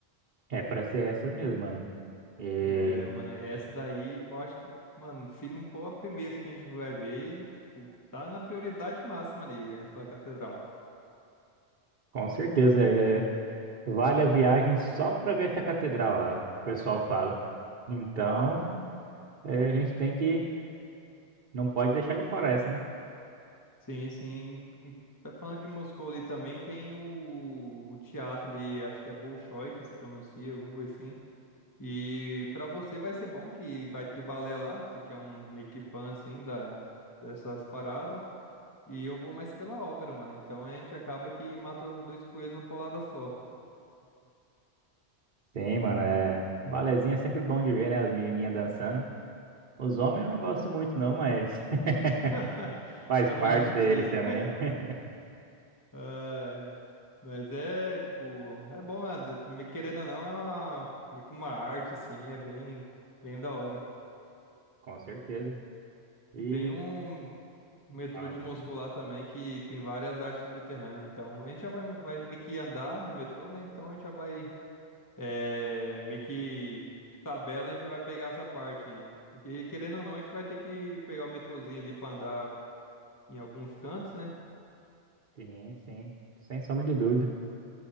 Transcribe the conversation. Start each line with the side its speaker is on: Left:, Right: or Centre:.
Right: É pra ser essa mesmo, mano. E
Left: É, mano, essa daí, eu acho que, mano, se não for a primeira que a gente vai ver, tipo, tá na prioridade máxima ali, essa catedral.
Right: com certeza é, vale a viagem só pra ver essa catedral lá, o pessoal fala. Então, é, a gente tem que, não pode deixar de fora essa, né?
Left: Sim, sim. E Tá falando de Moscou ali também, tem o, o teatro ali, acho que é Bolshoi que se pronuncia, alguma coisa assim. E pra você vai ser bom que vai ter balé lá, você que é um meio que fã, assim, da, dessas paradas. E eu vou mais pela ópera, mano, então a gente acaba que mata os dois coelhos na paulada só.
Right: Sim, mano, é. Balezinho é sempre bom de ver, né? As menininhas dançando. Os homens eu não gosto muito, não, mas
Left: Ah,
Right: <laughs>
Left: <laughs>
Right: faz
Left: tá
Right: parte
Left: junto
Right: deles
Left: ali.
Right: também. <laughs>
Left: Ah, é. Mas é, tipo, é bom, né? De- me querendo ou não, é uma, meio que uma arte, assim, é bem, bem da hora.
Right: Com certeza. E
Left: E tem um, um metrô
Right: fala,
Left: de
Right: mano.
Left: Moscou lá também, que tem várias artes subterrâneas, então a gente já vai, vai meio que andar no metrô, né? Então a gente já vai, é, meio que de tabela a gente já vai pegar essa parte aí. Porque querendo ou não, a gente vai ter que pegar o metrozinho ali pra andar em alguns cantos, né?
Right: Sim, sim. Sem sombra de dúvida.